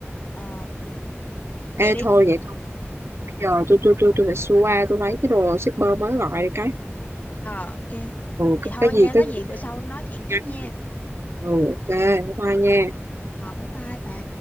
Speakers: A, on the left; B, on the right.
A: ờ vậy
B: ê
A: đi
B: thôi vậy thôi bây giờ tôi tôi tôi tôi phải xua qua tôi lấy cái đồ shipper mới gọi cái
A: ờ ok
B: ừ
A: vậy
B: cái,
A: thôi
B: cái
A: nha
B: gì cái
A: có gì
B: gì
A: bữa sau nói chuyện tiếp
B: nhắn
A: nha
B: ừ ok hoa nha
A: ờ bye bye bà